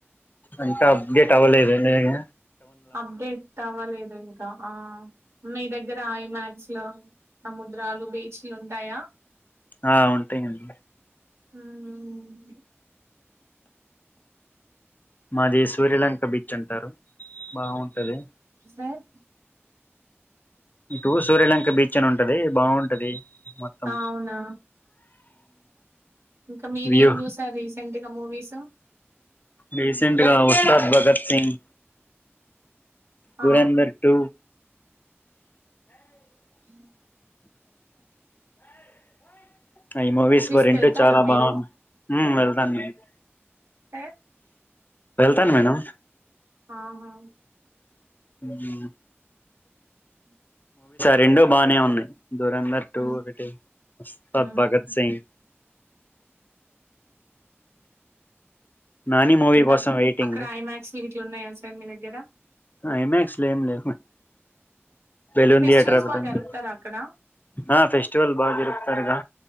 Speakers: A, on the left; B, on the right.
A: అంత అప్డేట్ అవలేదండి నేను.
B: అప్డే టవ్వలేద ఇంకా. ఆహా. ! మీ దగ్గర ఐమాక్స్లు, సముద్రాలు, బీచ్లు ఉంటాయా.?
A: ఆ ఉంటాయండి
B: హామ్మ్మ్.
A: మాది సూర్యలంక బీచ్ అంటారు బావుంటది.
B: సార్
A: ఇటు సూర్యలంక బీచ్ అనుంటది బావుంటది మొత్తం.
B: ఆ! అవునా ఇంకా మీరేం
A: వ్యూ
B: జూసారీసెంటుగా మూవీస్.? !
A: రీసెంట్ గా ఉస్తాద్ భగత్ సింగ్.
B: ఆ
A: దూరెంధర్ టూ.
B: హ
A: ఆ ఈ మూవీస్ వా
B: కి
A: రెండు
B: వెళ్తారా
A: చాలా
B: మీరు
A: బాగున్నా. ఊ వెళ్దానేను‌.
B: తే.
A: వెళ్తాన్ మేడం.
B: ఆహా
A: ఉమ్
B: ఉమ్
A: రెండో బాగానే ఉన్నాయి దూరంధర్ టూ
B: ఉమ్
A: ఒకటి స్టార్
B: ఉమ్
A: భగత్ సింగ్ నాని మూవీ
B: ఇంకా
A: కోసం వెయిటింగ్
B: అక్కడ ఐమాక్స్ గిట్లు ఉన్నాయా సార్ మీ దగ్గర
A: ఐమక్స్ లేం లే బెలూన్
B: ఫెస్టివల్స్
A: థియేటర్ ఒకటి
B: బాగా
A: ఉంది
B: జరుపుతారా అక్కడ
A: ఆ ఫెస్టివల్ బా జరుపుతారుగా